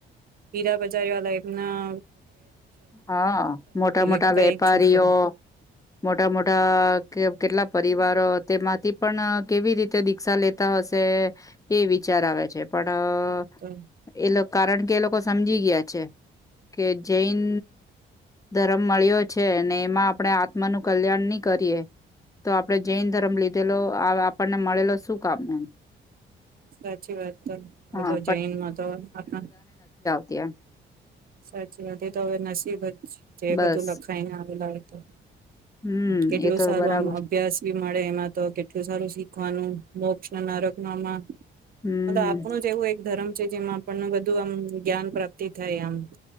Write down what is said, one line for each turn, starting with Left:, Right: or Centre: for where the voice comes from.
Right: હીરા બજારી વાળ ના
Left: હા મોટા મોટા
Right: એકા
Left: વેપારીઓ
Right: એક છોકરો
Left: મોટા મોટા કેટલા પ પરિવારો તેમાંથી પણ કેવી રીતે દીક્ષા લેતા હશે એ વિચાર આવે છે પણ
Right: તો
Left: એ લોકો કારણ કે એ લોકો સમજી ગયા છે કે જૈન ધર્મ મળ્યો છે ને એમાં આપણે આત્માનુંું કલ્યાણ નહી કરીએ તો આપણે જૈન ધર્મ લીધેલો આપણને મળેલો શું કામ એમ
Right: સાચી વાત તો હવે
Left: હા
Right: તો જૈનમાં તો આખ
Left: ક્યા
Right: સાચી વાત એ તો હવે નસીબ જે
Left: બસ
Right: બધું લખાય લ તો
Left: હમ
Right: કેટલું
Left: એ તો
Right: સારું
Left: બરાબર
Right: આમ અભ્યાસ ભી મળે એમાં તો કેટલું સારું શીખવાનું મોક્ષ નારક નામાં
Left: હમ
Right: આપણું જ એવું એક ધર્મ છે જેમાં આપણને બધું આમ જ્ઞાન પ્રાપ્તિ થાય આમ આમ